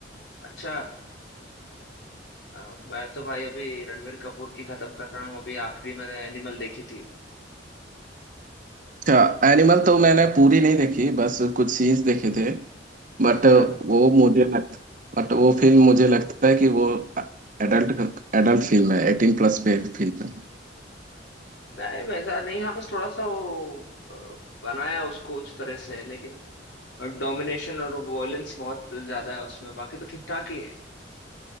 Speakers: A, on the left (about 75°); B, on the right (about 45°).
A: अच्छा अ, मैं तो भाई अभी रणवीर कपूर की खत्म कर रहा हूँ अभी आखिरी मैंने एनिमल देखी थी
B: अच्छा एनिमल तो मैंने पूरी नहीं देखी बस कुछ सीन्स देखे थे बट
A: अच्छा
B: वो मुझे लग बट वो फिल्म मुझे लगता है कि वो एडल्ट एडल्ट फिल्म है एटीन प्लस पे फिल्म है
A: नहीं वैसा नहीं हाँ बस थोड़ा सा वो अ, बनाया उसको उस तरह से लेकिन और डोमिनेशन और वॉयलेंस बहुत ज्यादा है उसमें बाकी तो ठीक ठाक ही है